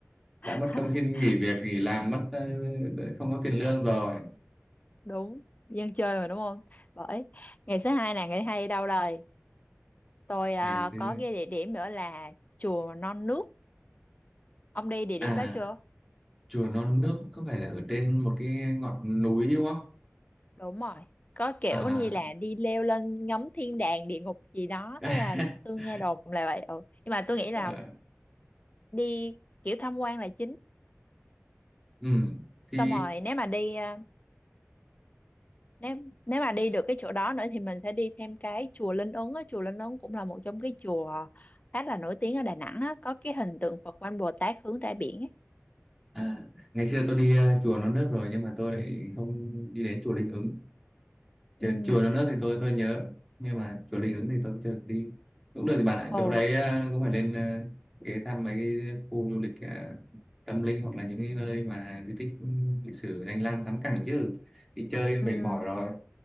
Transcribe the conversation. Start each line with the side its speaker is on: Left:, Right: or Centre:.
Centre: đã
Left: <laughs>
Centre: mất công xin nghỉ việc nghỉ làm mất ờ, không có tiền lương rồi
Left: đúng dân chơi mà đúng không bởi ngày thứ hai là ngày thứ hai đi đâu rồi Tôi à,
Centre: ngày thứ
Left: có nghe địa điểm nữa là chùa Non Nước. Ông đi địa
Centre: à
Left: điểm đó chưa?
Centre: chùa Non Nước có phải là ở trên một cái ngọn núi đúng không
Left: Đúng rồi. Có kiểu
Centre: à
Left: như là đi leo lên ngắm thiên đàng địa ngục gì đó.
Centre: <laughs>
Left: Thế à, tôi nghe đồn là vậy. Ừ. Nhưng mà tôi nghĩ
Centre: Ờ,
Left: là đi kiểu tham quan là chính.
Centre: ừ thì
Left: Xong rồi nếu mà đi à, nếu nếu mà đi được cái chỗ đó nữa thì mình sẽ đi thêm cái chùa Linh Ứng á. Chùa Linh Ứng cũng là một trong cái chùa khá là nổi tiếng ở Đà Nẵng á. Có cái hình tượng Phật Quan Bồ Tát hướng ra biển ấy.
Centre: à, ngày xưa tôi đi ờ, chùa Non Nước rồi nhưng mà tôi lại không đi đến chùa Linh Ứng chùa,
Left: Ừ.
Centre: chùa non nước thì tôi tôi nhớ nhưng mà chùa Linh Ứng thì tôi cũng chưa được đi cũng được thì bạn ạ
Left: Ồ.
Centre: chỗ đấy ờ, cũng phải lên ờ, ghé thăm mấy cái khu du lịch ờ, tâm linh hoặc là những
Left: Ừ.
Centre: cái nơi mà di tích ừ, lịch sử danh lam thắng cảnh chứ đi chơi mệt
Left: Ừ,
Centre: mỏi rồi